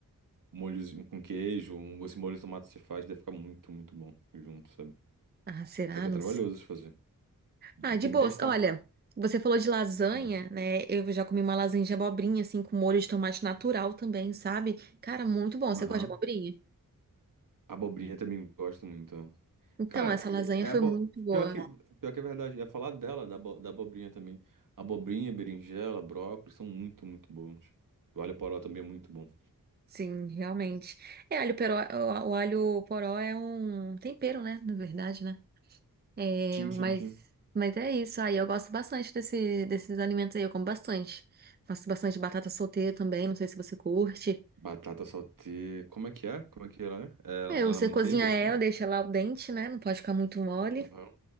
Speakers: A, on the right (about 65°); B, on the right (about 30°).
A: molhozinho, com queijo, um, esse molho de tomate que você faz, deve ficar muito, muito bom junto, sabe?
B: Ah, será?
A: Só que
B: Não
A: é trabalhoso
B: sei.
A: de fazer.
B: Ah, de
A: Tem
B: boas.
A: que testar.
B: Olha, você falou de lasanha,
A: Uma.
B: né? Eu já comi uma lasanha de abobrinha, assim, com molho de tomate natural também, sabe? Cara, muito bom. Você
A: Uma
B: gosta
A: rã.
B: de abobrinha?
A: Abobrinha também gosto muito.
B: Então,
A: Cara,
B: essa
A: é,
B: lasanha foi
A: é abo-
B: muito boa.
A: pior que, pior que é verdade. Ia falar dela, da, abo- da abobrinha também. Abobrinha, berinjela, brócolis são muito, muito bons. O alho poró também é muito bom.
B: Sim, realmente. É, alho peró, o, o alho poró é um tempero, né? Na verdade, né? É,
A: Tchim,
B: mas,
A: tchim, tchim.
B: mas é isso. Aí eu gosto bastante desse, desses alimentos aí, eu como bastante. Faço bastante batata solteira também, não sei se você curte.
A: Batata saltê. Como é que é? Como é que ela é? É- Ela
B: É, você
A: é na manteiga,
B: cozinha ela,
A: assim?
B: deixa ela al dente, né? Não pode ficar muito mole.
A: Aham.